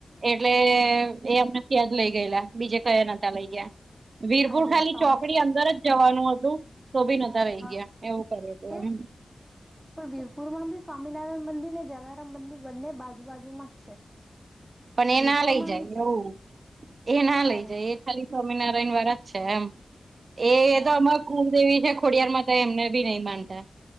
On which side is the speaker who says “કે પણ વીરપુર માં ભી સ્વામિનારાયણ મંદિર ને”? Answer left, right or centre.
Centre